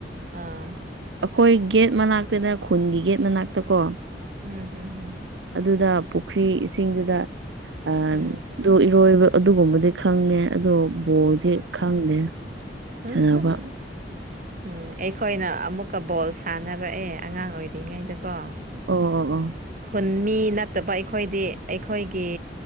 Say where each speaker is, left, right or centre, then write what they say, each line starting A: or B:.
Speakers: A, on the right; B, on the right.
A: ꯑꯥ
B: ꯑꯩꯈꯣꯏ ꯒꯦꯠ ꯃꯅꯥꯛꯇꯥꯅ ꯈꯨꯟꯒꯤ ꯒꯦꯠ ꯃꯅꯥꯛꯇꯥ ꯀꯣ
A: ꯎꯝ ꯍꯝ ꯎꯝ
B: ꯑꯗꯨꯗ ꯄꯨꯈ꯭ꯔꯤ ꯏꯁꯤꯡꯗꯨꯗ ꯑꯥ
A: ꯎꯝ
B: ꯗꯨ ꯏꯔꯣꯏꯕ ꯑꯗꯨꯒꯨꯝꯕꯗꯤ ꯈꯪꯉꯦ ꯑꯗꯣ ꯕꯣꯜꯗꯤ
A: ꯑꯥ
B: ꯈꯪꯗꯦ
A: <unintelligible>
B: ꯁꯥꯟꯅꯕ
A: ꯎꯝ ꯑꯩꯈꯣꯏꯅ ꯑꯃꯨꯛꯀꯥ ꯕꯣꯜ ꯁꯥꯟꯅꯔꯛꯑꯦ ꯑꯉꯥꯡ ꯑꯣꯏꯔꯤꯉꯩꯗꯀꯣ
B: ꯑꯣ ꯑꯣ ꯑꯣ
A: ꯈꯨꯟ ꯃꯤ ꯅꯠꯇꯕ ꯑꯩꯈꯣꯏꯗꯤ ꯑꯩꯈꯣꯏꯒꯤ